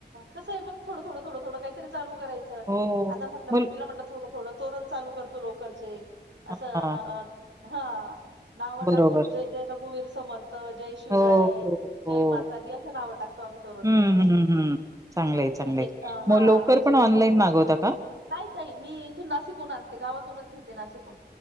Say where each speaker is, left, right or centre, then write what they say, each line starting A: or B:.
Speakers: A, on the right; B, on the right.
A: कसं मग थोडं थोड थडं थोड कारीचालू कयचं
B: हो
A: आता म्हटलं
B: मग
A: म ति म्हटलं थोडं. थोडं तोरण चालू करतो लोकरचे असं
B: हां
A: अ हा. नाव
B: बरोबर
A: टाकून जय जय रघुवीर समर्थ. जय शिवराय
B: हो, हो,
A: जय
B: हो.
A: मातादी अे नाव टाकतो आम्ही तरोरण
B: हं,
A: मध्ये ताई.
B: हं, हं. चांगलं आहे चांगलंय
A: म्हणजे अ, हा
B: मग लोकर
A: म्हणजे
B: पण ऑनलाईन मागवता का.
A: नाही तई मी इथून नासिकून आणते गावातूनच घेते नासिकोून.